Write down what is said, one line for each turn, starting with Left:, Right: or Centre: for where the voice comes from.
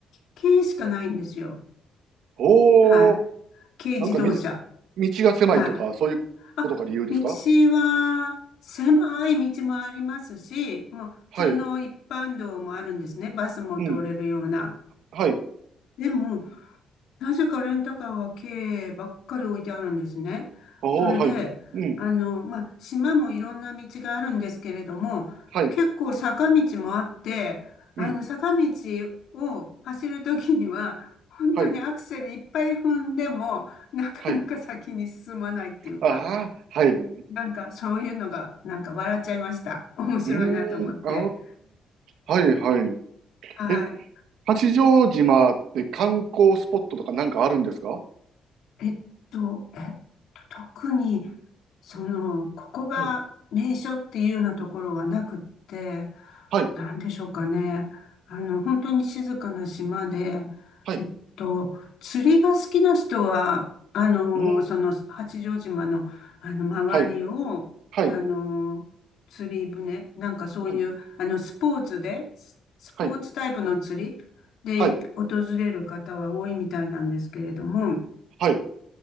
Left: 軽しかないんですよ。
Right: おー。
Left: はい。軽自動車。
Right: なんかみ、道が狭いとか、
Left: はい。
Right: そういうことが理由ですか
Left: あ、道は、狭い道もありますし、もう、普通の一般道もあるんですね。
Right: はい。
Left: バスも通れるような。
Right: うん。はい。
Left: でも、なぜかレンタカーは軽ばっかり置いてあるんですね。
Right: おおはい。
Left: それで、
Right: うん。
Left: あの、まあ、島もいろんな道があるんですけれども、
Right: はい。
Left: 結構坂道もあって、あの、
Right: うん。
Left: 坂道を走るときには、本当にアクセルいっぱい踏んでも、
Right: はい。
Left: なかなか先に進まないっていうか、
Right: はい。ああ、はい。う
Left: なんかそういうのが、なんか笑っちゃいました。面白いなと思って。
Right: ーん。ああ、はい、はい。
Left: はい。
Right: え、八丈島って観光スポットとかなんかあるんですか
Left: えっと、えっと、特に、その、ここが名所っていうようなところはなくって、
Right: うん。はい。
Left: なんでしょうかね。あの、本当に静かな島で、
Right: はい。
Left: えっと、釣りが好きな人は、あの、
Right: うん。
Left: その、八丈島の、あの、周りを、
Right: はい。はい。
Left: あの、釣り船、なんかそういう、
Right: うん。
Left: あの、スポーツで、ススポーツタイプの釣りで訪れる方は多いみたいなんですけれども、
Right: はい。はい。はい。